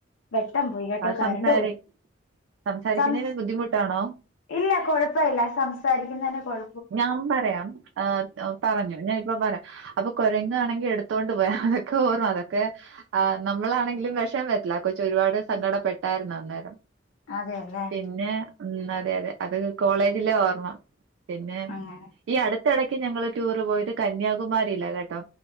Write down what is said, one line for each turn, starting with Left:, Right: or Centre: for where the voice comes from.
Left: വെട്ടം പോയി കേട്ടോ
Right: ആഹ് സംസാരി
Left: കറണ്ട് പോയി
Right: സംസാരിക്കുന്നേന്
Left: സംസ്
Right: ബുദ്ധിമുട്ടാണോ
Left: ഇല്ല കൊഴപ്പവില്ല സംസാരിക്കുന്നേന് കൊഴ
Right: ഞാൻ പറയാം ഏഹ് പറഞ്ഞോ ഞാനിപ്പ പറയാം അപ്പോ കൊരങ്ങാണെങ്കിൽ എടുത്തോണ്ടുപോയി അതക്കെ ഓർ അത ക്കെ ആഹ്
Left: ഉം,
Right: നമ്മളാണെങ്കിലും വിഷമംവരത്തില്ലേ ആ കൊച്ചൊരുപാടു സങ്കടപ്പെട്ടാരുന്നു
Left: ഉം.
Right: അന്നേരം
Left: അതെ അല്ലേ
Right: പിന്നെ ഉം അതെയതെ അതക്കെ കോളേജിലെ ഓർമ്മ പിന്നെ
Left: അങ്ങനെ
Right: ഈ അടുത്ത എടക്ക് ഞങ്ങള് ടൂറ് പോയത് കന്യാകുമാരിലാ കേട്ടോ